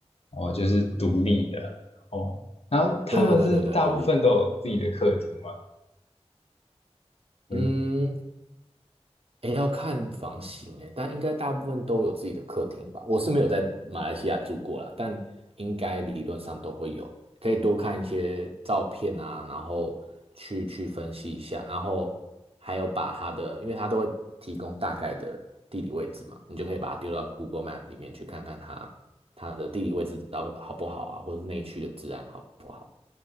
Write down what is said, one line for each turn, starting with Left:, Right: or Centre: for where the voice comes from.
Left: 哦，就是独立的哦。然后他们是大部分都有自己的客厅吗？
Right: 对对对对对，独立的。
Left: 嗯，
Right: 嗯，诶，要看房型诶，但应该大部分都有自己的客厅吧。我是没有在马来西亚住过啦，但应该理论上都会有。可以多看一些照片啊，然后去去分析一下，然后还有把它的，因为它都会提供大概的地理位置嘛，你就可以把它丢到 Google Map 里面去看看它它的地理位置到好不好啊，或者是内区的治安好不好，